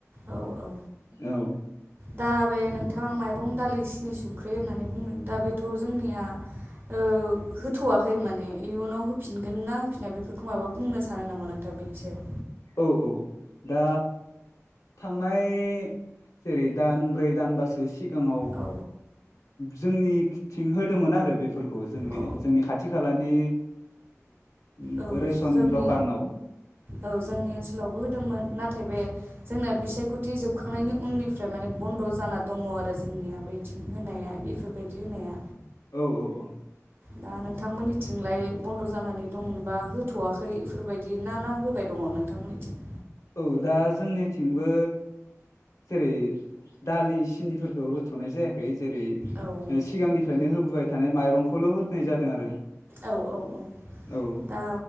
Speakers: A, on the right (about 45°); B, on the left (about 75°).
A: औ औ
B: औ
A: दा बे नोंथाङा माइरं दालि सिनि संख्रि होननानै बुंदों दा बेथ' जोंनिया ओ होथ'वाखै माने इयुनाव होफिनगोन ना होफिननाय बेफोरखौ माबा बुंनो सानो नामा नों दा बेनि सायाव
B: औ औ दा थांनाय जेरै दान ब्रै दानबासो सिगांङाव
A: औ
B: जोंनिखिथिं होदोंमोन आरो बेफोरखौ जों
A: औ
B: जोंनि खाथि खालानि <unintelligible>
A: औ जोंनि
B: दखानाव
A: औ जोंनि ओनसोलावबो होदोंमोन ना नाथाय बे जोंना बिसायख'थि जोबखांनायनि उननिफ्राय माने बन्द' जाना दंङ आरो जोंनिया बिदि होनाया बेफोरबायदि होनाया
B: औ औ औ।
A: दा नोंथांमोननिथिंलाय बन्द जानानै दंमोनबा हो। थवाखै बेफोरबायदि ना ना होबाय दंङ नोंथांमोननिथिं।
B: औ दा जोंनिथिंबो। जेरै दालि सिनिफोरखौ होथनाय जायाखै जेरै
A: औ
B: सिगांनिफ्रायनो। होबोबाय थानाय माइरंखौल होनाय जादों आरो।
A: औ औ औ
B: औ
A: दा